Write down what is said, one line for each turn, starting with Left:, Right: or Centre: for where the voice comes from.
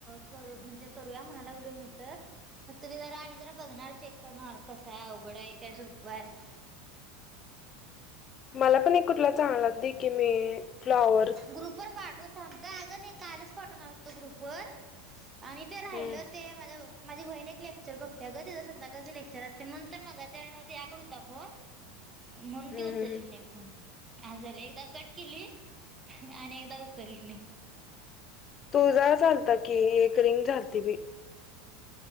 Right: कर म्हणजे करूया म्हणालागलोय मी तर फक्त ते जरा आणि जरा बघणार चेक करणार कसं आहे अवघडय काय सोप हाय <unintelligible>
Left: मला पण एक कुटला चांगला दी की मी फ्लॉवर
Right: ग्रुप वर पाठवत थांब काय अ गं नइ कालच पाठवणार हुतो ग्रुपवर आणि ते राहिलं
Left: हम्म
Right: ते माझ माजी बहिण एक लेक्चर बघत्या गं तिज संद्याकाळच लेक्चर असतय मनुन मगाच्यान तियाकड हुता फोण म्हणुन
Left: हम्म
Right: ती उचल्ली
Left: हम्म
Right: नइ फोन हास झाल एकदा कट केली आणि एकदा उचल्ली नइ
Left: तु जा च आलता की एक रिंग झालती बइ